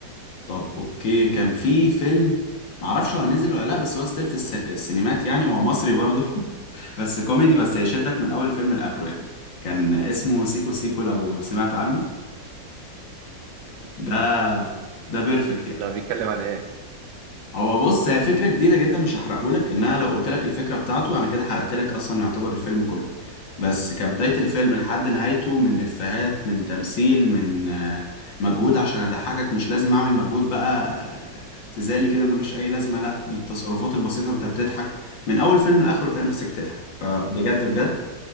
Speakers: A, on the left; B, on the right.
A: طب اوكي كان في فيلم معرفش هو نزل ولا لا بس هو ستيل في الس... السينمات يعني هو مصري برضه <laughs> بس كوميدي بس هيشدك من اول فيلم لاخره يعني كان اسمه سيكو سيكو لو سمعت عنه ده ده بيرفكت يعني
B: ده بيتكلم عن إيه؟
A: هو بص هي فكرة جديدة جدا مش هحرقهولك انها لو قلت لك الفكرة بتاعته انا كده حرقت لك اصلا يعتبر الفيلم كله بس كبداية الفيلم لحد نهايته من افيهات من تمثيل من آه، مجهود عشان اضحكك مش لازم اعمل مجهود بقى تزالي كده ملوش اي لازمة لا من التصرفات البسيطة انت بتضحك من اول فيلم لاخره تلاقي نفسك بتضحك فبجد بجد